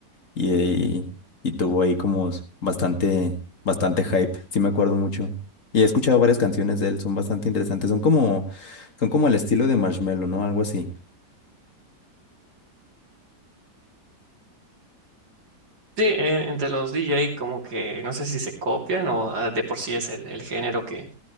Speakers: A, on the left; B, on the right.
A: y, y tuvo ahí como s- bastante, bastante hype, sí me acuerdo mucho. Y he escuchado varias canciones de él, son bastante interesantes, son como, son como el estilo de Marshmello, ¿no? Algo así.
B: Sí, en- entre los DJ como que no sé si se copian o ah, de por sí es el, el género que,